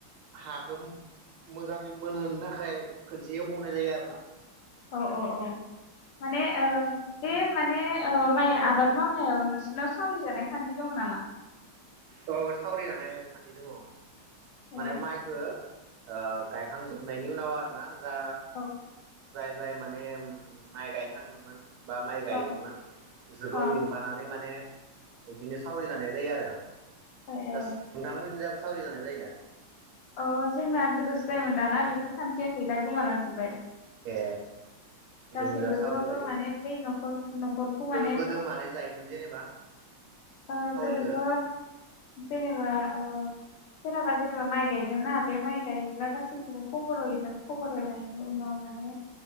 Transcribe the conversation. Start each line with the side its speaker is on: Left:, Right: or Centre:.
Right: हाखौ मोजाङै मोनहोनो थाखाय खनसे एवबावनाय जायो आरो ना
Left: अ अ माने ओ बे माने ओ माइ आबाद मावनायाव नोंसोरनाव सावरि जानाय खान्थि दङ' नामा?
Right: औ सावरि जानाय खान्थि दङ'।
Left: ए
Right: माने माइखो ओ गायखांजोबनायनि नि उनाव आरोना दा
Left: औ
Right: जाय जाय माने माइ गायनो थांदोंमोन बा माइ गायदोंमोन
Left: औ
Right: बिसोरखौ
Left: औ
Right: लिंफानानै माने बिदिनो सावरि जानाय जायो आरो।
Left: अ ए ए
Right: दास नोंथांमोनिजाबा सावरि जानाय जायो दा?
Left: अ जोंना गोदोसो जायोमोन दाना बेफोर खान्थिया गैला गोमालांजोबबाय।
Right: ए। जों
Left: गासैबो
Right: जा सावरि
Left: ज'
Right: जायो
Left: ज' माने बै न'खर न'खरखौ माने
Right: गोदो मारै जायोमोन जेनेबा
Left: ओ
Right: सावरिखौ
Left: गोदोथ' जेनेबा ओ सोरनाबा जेनेबा माइ गायगोन ना बे माइ गायोब्ला गासैखौबो खबर होयोमोन खबर होनायनि उनाव माने